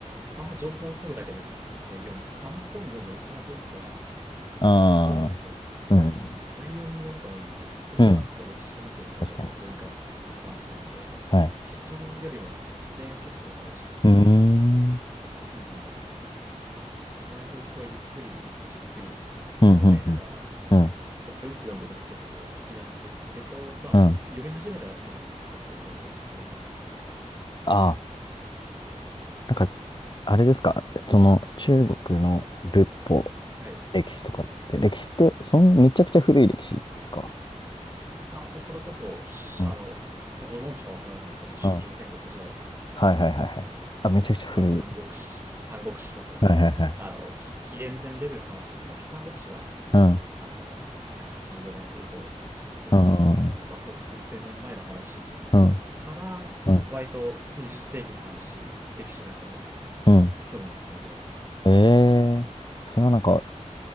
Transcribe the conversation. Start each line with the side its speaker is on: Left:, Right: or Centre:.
Right: あんま情報を取るだけで、ね、読む。あんま本読む、あんまメリットないかなと
Left: あ。
Right: 思うんですよ。
Left: うん。
Right: 内容によると思うんですけど、僕は結構歴史関係の本だったり文化の話なんで、
Left: うん。確かに。はい。
Right: 結論よりも私、過程が結構大事っていうか、
Left: うーん。うん、
Right: うん、割と僕はゆっくり、じっくり考えながら、
Left: うん、うん、うん。
Right: ちょっとずつ読んでるの結構好きなんですけど、まあまあ、
Left: うん
Right: 読み始めたらもサクサク読んじゃいますね。
Left: ああ、なんか、あれですか、その、中国の仏法、
Right: はい。
Left: 歴史とかって、歴史って、そん、めちゃくちゃ古い歴史ですか
Right: まあ、もうそれこそ、しあの、
Left: うん、
Right: ご存知かわからないですけど、春秋戦国時代とか、
Left: うん。はいはいはいはい。あ、めちゃくちゃ古い。
Right: まあの、三国志、三国志とか、
Left: はいはいはい。
Right: あの、き紀元前レベルの話、まあ、三国志は、
Left: うん、
Right: あの、184年以降の話ですけど、
Left: うん、うん、
Right: まあ、その数千年前の話
Left: うん、
Right: から、
Left: うん。
Right: 割と20世紀の話、歴史なんかも
Left: うん
Right: 興味持って見てます。
Left: ええー、それはなんか、